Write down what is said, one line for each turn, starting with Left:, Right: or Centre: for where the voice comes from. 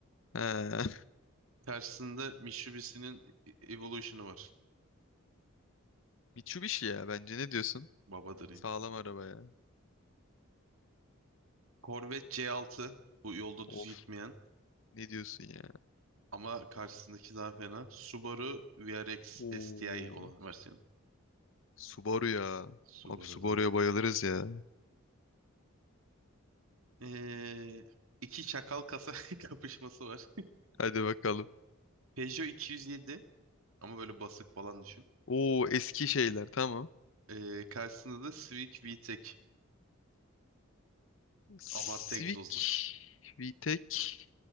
Left: He. <laughs>
Right: Tersinde Mitsubishi'nin E- Evolution'u var.
Left: Mitsubishi ya bence ne diyorsun?
Right: Babadır yani.
Left: Sağlam araba ya.
Right: Corvette C6. Bu yolda
Left: Of
Right: düz gitmeyen.
Left: ne diyorsun ya?
Right: Ama karşısındaki daha fena. Subaru VRX
Left: Oo.
Right: STI olan versiyonu.
Left: Subaru ya.
Right: Subaru'dur
Left: Abi Subaru'ya
Right: abi.
Left: bayılırız ya.
Right: E, iki çakal kasa <laughs> kapışması var.
Left: Hadi bakalım.
Right: Peugeot 207 Ama böyle basık falan düşün.
Left: Oo eski şeyler tamam.
Right: Ee, karşısında da Civic VTEC.
Left: Civic
Right: Abartı egzozlu.
Left: VTEC.